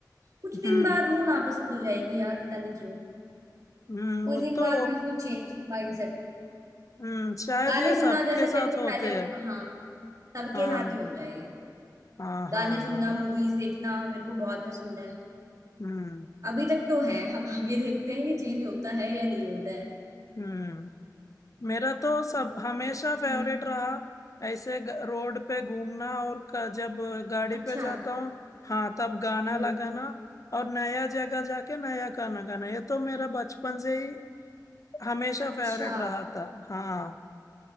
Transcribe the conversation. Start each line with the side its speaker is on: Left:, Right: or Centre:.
Right: कुछ दिन
Left: हम्म
Right: बाद वो नापसंद हो जाएगी यार पता नहीं क्यों
Left: हम्म
Right: कुछ
Left: वो
Right: दिन
Left: तो
Right: बाद बिल्कुल चेंज माइंडसेट
Left: हम्म शायद
Right: गाने
Left: ये
Right: सुनना
Left: सबके
Right: जैसे मेरे
Left: साथ
Right: को
Left: होते
Right: पहले
Left: हैं
Right: हाँ सबके
Left: हाँ
Right: साथ ही होता है ये
Left: हाँ हाँ
Right: गाने सुनना
Left: हाँ
Right: मूवीज देखना मेरे को बहुत पसंद है
Left: हम्म
Right: अभी तक तो है हम आगे देखते हैं ये चेंज होता है या नहीं होता है
Left: हम्म मेरा तो सब
Right: मूवी
Left: हमेशा फेवरेट
Right: हम्म,
Left: रहा ऐसे ग- रोड पे घूमना और क, जब गाड़ी
Right: अच्छा
Left: पे जाता हूँ हाँ तब गाना
Right: हम्म
Left: लगाना और नया जगह जाके नया गाना गाना ये तो मेरा बचपन से ही हमेशा
Right: अच्छा
Left: फेवरेट रहा था हाँ